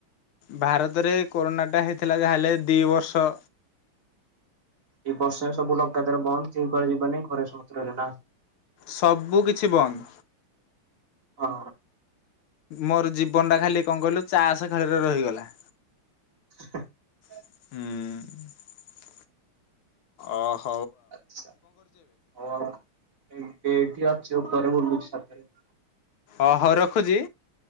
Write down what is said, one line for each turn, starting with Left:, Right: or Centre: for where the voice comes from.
Left: ଭାରତରେ କୋରୋନା ଟା ହେଇଥିଲା ଯାହା ହେଲେ ଦି ବର୍ଷ।
Right: ଏ ବର୍ଷା ସବୁ ଲଗାତାର ବନ୍ଦ କିଏ କୁଆଡେ ଯିବାନି ଘରେ <unintelligible>
Left: ସବୁ କିଛି ବନ୍ଦ।
Right: ହଁ।
Left: ମୋର ଜୀବନ ଟା ଖାଲି କଣ କହିଲୁ ଚାଷ ଖେଳରେ ରହିଗଲା।
Right: ହଁ।
Left: ହୁଁ। ଅଃ।
Right: ଆଚ୍ଛା ହଉ ଆଉ ଏଇଟିି ଅଛି ଉପରେ ବଲୁଛି ଛାତରେ <inaudible>
Left: ଓ ହଉ ରଖୁଚି।